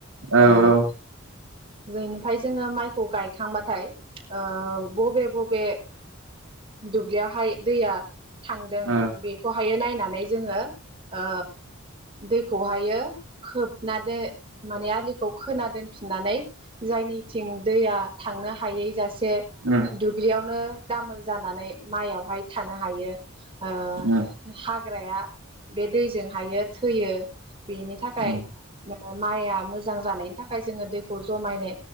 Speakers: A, on the right; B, on the right.
A: औ
B: ओ
A: औ ।
B: जोंनिफ्राय जोङो माइखौ गायखांबाथाय ओ बबे बबे दुब्लियावहाय दैया थांदों
A: ओ
B: बेखौहाय नायनानै जोङो ओ दैखौहायो खोबनानै माने आलि खौ खोना दोनफिननानै जायनिथिं दैया थांनो हायै जासे
A: उम
B: दुब्लियावनो दामोल जानानै माइयावहाय थानो हायो ओ
A: उम
B: हाग्राया बे दैजों हायो थैयो बेनि थाखाय
A: उम
B: माइआ मोजां मोजां जानायनि थाखाय जोङो दैखौ जाय